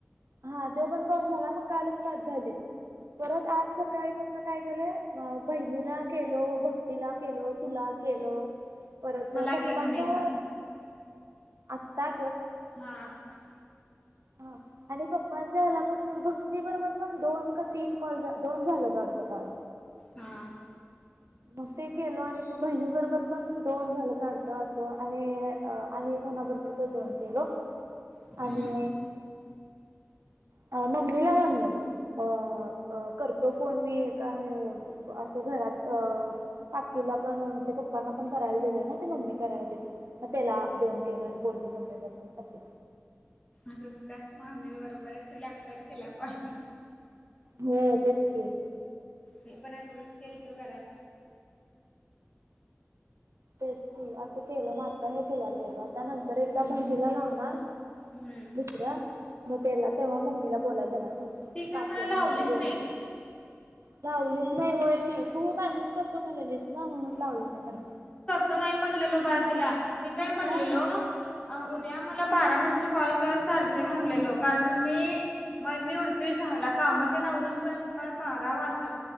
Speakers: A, on the right; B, on the left.
A: हा त तो पण काउंट झाला, मग कालच पाच झालेत परत आज सकाळीपासून काय झालंय बहिणीला केलो, भक्तीला केलो तुला केलो परत
B: मला
A: पप्पांच्या
B: गेले नाहीस आज
A: आत्ता
B: हा आत्ता,
A: ह आणि पप्पांच्या हेला पण भक्ती बरोबर पण दोन का तीन कॉल दोन झाल्यात वाढत कॉल
B: हा.
A: मग ते केलो आणि बहिणी बरोबर पण दोन झाल्यात वाढत अस आणि आणि कोणा बरोबर तर दोन केलो
B: हम्म.
A: आणि अ मम्मीला म्हणलो. अ अ करतो फोन मी एक आणि असं घरात काकी तुला पण जे पप्पांना पण करायला दिलं ना ते मम्मी करायला तिथं म त्याला दोन केल आणि बोललो मम्मी बरबर अस
B: असंच का मम्मी बरोबरच लागतात तिला पण
A: हो तेच की
B: मी पण असच केलतो, घरात.
A: तेच की, असं केलं न आता हे तुला केलं, त्यानंतर एकदा बहिणीला लावणार
B: हम्म
A: दुसऱ्या मग तेला तेव्हा मम्मीला बोलायला देणार. मम्मी
B: ती काय
A: काकी
B: मला
A: आणि
B: लावलीच
A: मम्मी जेवलो.
B: नाही
A: लावलीच नाही, होय की तू मेसेज करतो म्हणलेलीस ना म्हणून लावली नाही वाढतं
B: तो नाही म्हणलेलो बाळ तिला, मी काय म्हणलेलो
A: मग
B: उद्या मला बारा नंतर कॉल कर चालतंय म्हटलेलो कारण मी म मी ते झाला काम तेन आवरूस तोपर्यंत बाळ बारा वाजता